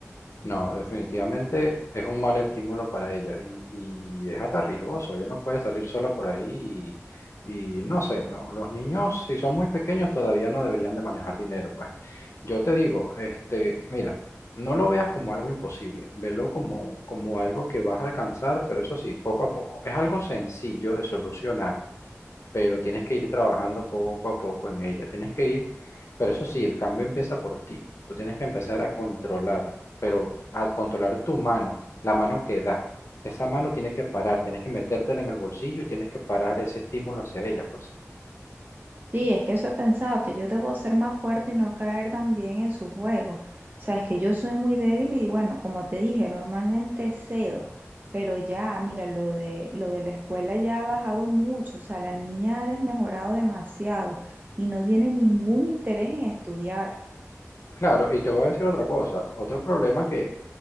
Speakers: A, on the left; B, on the right.
A: No, definitivamente es un mal estímulo para ella y, y es hasta riesgoso. Ella no puede salir sola por ahí y, y no sé, no, los niños si son muy pequeños todavía no deberían de manejar dinero, pues. Yo te digo, este, mira, no lo veas como algo imposible, velo como, como algo que vas a alcanzar, pero eso sí, poco a poco. Es algo sencillo de solucionar pero tienes que ir trabajando poco a poco en ella. Tienes que ir, pero eso sí, el cambio empieza por ti. Tú tienes que empezar a controlar, pero a controlar tu mano, la mano que da. Esa mano tiene que parar, tienes que metértela en el bolsillo y tienes que parar ese estímulo hacia ella, pues.
B: Sí, es que eso he pensado, que yo debo ser más fuerte y no caer también en su juego. O sea, es que yo soy muy débil y bueno, como te dije, normalmente cedo, pero ya, mira, lo de, lo de la escuela ya ha bajado mucho, o sea, la niña ha desmejorado demasiado y no tiene ningún interés en estudiar.
A: Claro, y te voy a decir otra cosa, otro problema que,